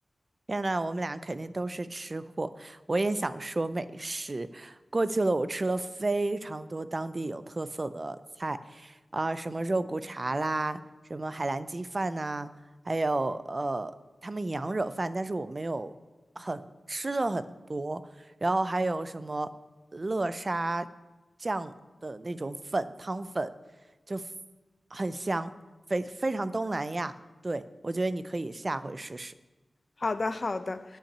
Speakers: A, on the right (about 40°); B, on the left (about 45°).
A: 天呐，我们俩肯定都是吃货。我也想说美食。过去了，我吃了非常多当地有特色的菜，啊、什么肉骨茶啦，什么海南鸡饭呐、还有呃，他们羊惹饭，但是我没有很吃的很多。然后还有什么乐沙酱的那种粉汤粉，就很香，非非常东南亚。对，我觉得你可以下回试试。
B: 好的，好的。